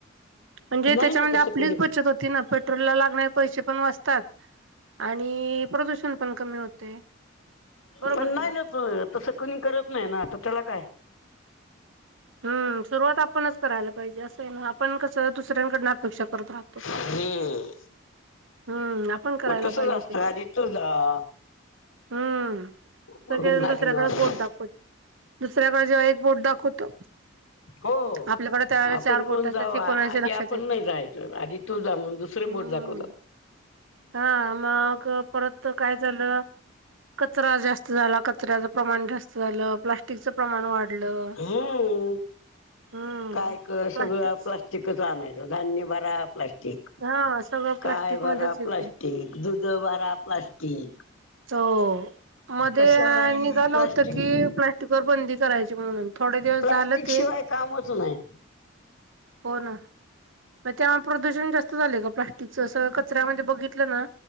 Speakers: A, on the right; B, on the left.
A: म्हणजे
B: नाही
A: त्याच्यामध्ये
B: ना तसं
A: आपलीच
B: कोणी
A: बचत होती ना पेट्रोल ला लागणार पैसे पण वाचतात आणि प्रदूषण पण कमी होते बरोबर
B: पण
A: की
B: नाही ना तसं कणी करत नाही ना आता त्याला काय
A: हम् सुरुवात आपणच करायला पाहिजे असं आहे ना आपण कसं दुसऱ्यांकड अपेक्षा करत राहतो
B: हम्म
A: हम्म आपण करायला
B: मग तसच
A: पाहिजे
B: असतं
A: ते
B: आधी तुझा
A: हम्म
B: मग
A: स
B: मागणार
A: दुसऱ्याकडे बोट दाखवते दुसऱ्याकडे जेव्हा एक बोट दाखवतो
B: हो
A: आपल्याकडे त्यावेळेला
B: आपण
A: चार बोट
B: कोण
A: असतात
B: जाऊ
A: ते
B: आधी
A: कोणाच्या लक्षात
B: आपण
A: येत
B: नाही जायचं आधी तू जा म्ह दुसर
A: हम्म
B: बोटधकत
A: हा मग परत काय झालं कचरा जास्त झाला कचऱ्याच प्रमाण जास्त झालं प्लास्टिकचं प्रमाण वाढलं
B: हम्म
A: हम्म
B: काय कर
A: प्लास्टिक
B: सगळं प्लास्टिकच आणायचं धान्य बरा प्लास्टिक
A: हा सगळं
B: काय
A: प्लास्टिक
B: भरा
A: मध्येच येते
B: प्लास्टिक दुध भरा प्लास्टिक
A: त मध्ये
B: कशालाही
A: निघालं
B: प्लास्टिक
A: होतं की प्लास्टिक वर बंदी करायची म्हणून थोडे दिवस
B: प्लास्टिक
A: झालं ते
B: शिवाय कामच नाही
A: हो ना मग तेव्हा प्रदूषण जास्त झाले का प्लास्टिकच सगळं कचऱ्यामध्ये बघितलं ना